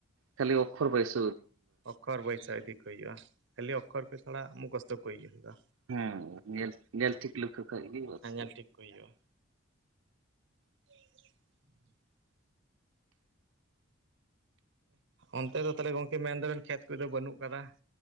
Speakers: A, on the right; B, on the right.
A: ᱠᱷᱟᱹᱞᱤ ᱚᱠᱷᱚᱨ ᱵᱟᱹᱭᱥ
B: ᱚᱠᱷᱚᱨ ᱵᱟᱹᱭ ᱥᱟᱹᱣ ᱤᱫᱤ ᱠᱚ ᱦᱩᱭᱩᱜᱼᱟ ᱠᱷᱟᱹᱞᱤ ᱚᱠᱷᱚᱨ ᱛᱷᱚᱲᱟ ᱚᱢᱠᱷᱚᱥᱛᱚ ᱠᱚ ᱦᱩᱭᱩᱜᱼᱟ᱾
A: ᱦᱮᱸ ᱧᱮᱞ ᱧᱮᱞ ᱴᱷᱤᱠ ᱞᱚᱠᱠᱷᱚ ᱠᱷᱚᱡ ᱜᱮ ᱵᱟᱥ᱾
B: ᱦᱮᱸ ᱧᱮᱞ ᱴᱷᱤᱠ ᱠᱚ ᱦᱩᱭᱩᱜᱼᱟ᱾ <inaudible> ᱚᱱᱛᱮ ᱫᱚ ᱛᱟᱦᱞᱮ ᱜᱚᱝᱠᱮ ᱢᱮᱱ ᱫᱟᱵᱮᱱ ᱠᱷᱮᱛ ᱠᱚᱫᱚ ᱵᱟᱹᱱᱩᱜ ᱠᱟᱫᱟ